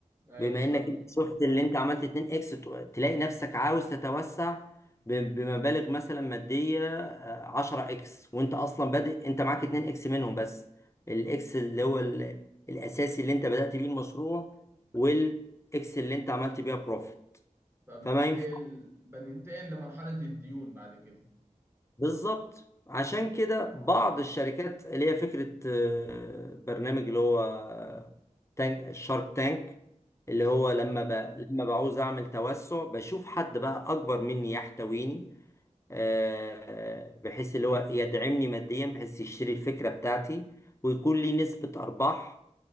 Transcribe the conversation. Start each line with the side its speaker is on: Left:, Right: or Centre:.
Right: أيوه
Left: بما
Right: بالظبط
Left: انك انت شفت اللي انت عملت 2 اكس تلاقي نفسك عاوز تتوسع ب- بمبالغ مثلا مادية 10 اكس وانت اصلا بادئ انت معاك 2 اكس منهم بس الاكس اللي هو ال- الاساسي اللي انت بدأت بيه المشروع والاكس اللي انت عملت بيها بروفيت
Right: فبننتقل
Left: فما ينفعش
Right: بننتقل لمرحلة الديون بعد كده
Left: بالظبط عشان كده بعض الشركات اللي هي فكرة آه، برنامج اللي هو آه، تانك الشارك تانك اللي هو
Right: بالظبط
Left: لما ب... لما بعوز اعمل توسع بشوف حد بقى اكبر مني يحتويني آه، بحيث اللي هو يدعمني ماديا بحيث يشتري الفكرة بتاعتي ويكون لي نسبة ارباح